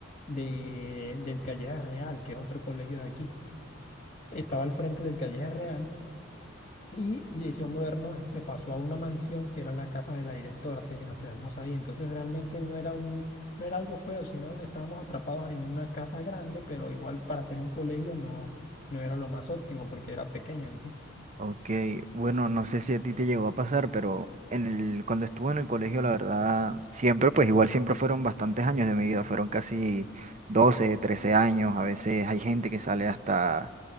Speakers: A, on the left; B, on the right.
A: de, del Calleja Real, que es otro colegio de aquí. Estaba al frente del Calleja Real y Liceo Moderno se pasó a una mansión que era la casa de la directora, así que nos quedamos ahí. Entonces realmente no era un, no era algo feo, sino estábamos atrapados en una casa grande, pero igual para ser un colegio no, no era lo más óptimo porque era pequeño en sí.
B: Ok, bueno, no sé si a ti te llegó a pasar, pero en el, cuando estuve en el colegio, la verdad, siempre, pues igual siempre fueron bastantes años de mi vida, fueron casi 12 13 años, a veces hay gente que sale hasta